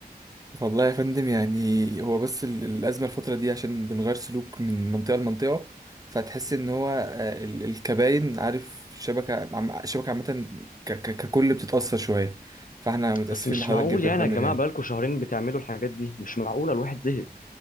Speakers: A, on the right; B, on the left.
A: والله يا فندم يعني هو بس ال- الأزمة الفترة دي عشان بنغير سلوك من منطقة لمنطقة فتحس إن هو آه، ال- الكباين عارف الشبكة عم- الشبكة عامة ك- ك- ككل بتتأثر شوية فاحنا متأسفين
B: بس مش
A: لحضرتك
B: معقول
A: جدا
B: يعني
A: يا فندم
B: يا جماعة
A: يعني
B: بقالكم شهرين بتعملوا الحاجات دي مش معقولة الواحد زهق